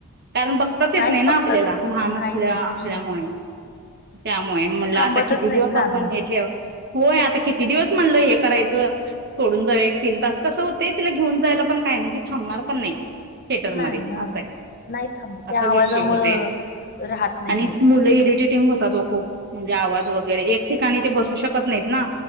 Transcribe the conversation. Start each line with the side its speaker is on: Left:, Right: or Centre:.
Right: कारण बघ ताच येत
Left: नाहीच
Right: नाही ना
Left: बघताच
Right: आपल्याला
Left: येत
Right: लहान
Left: नाही नाहीच
Right: असल्या
Left: येत
Right: असल्यामुळे.
Left: हम्म.
Right: त्यामुळे म्हणलं
Left: ते थांबतच
Right: आता किती
Left: नाहीत
Right: दिवस
Left: ना
Right: आपण
Left: आतमध्ये
Right: हे ठेव होय आता किती दिवस म्हणलं हे करायचं सोडून जाऊ एक तीन तास कसं होतय तिला घेऊन जायला पण काय नाही ती थांबणार पण नाही ठेटर मध्ये
Left: नाही ह
Right: अस आहे.
Left: नाही थांब
Right: असा
Left: त्या आवाजामुळं
Right: विषय होत
Left: राहत नाहीत
Right: आणि मुलं ई रिटिंग होत तो खूप म्हणजे आवाज वगैरे एक ठिकाणी ते बसू शकत नाहीत ना.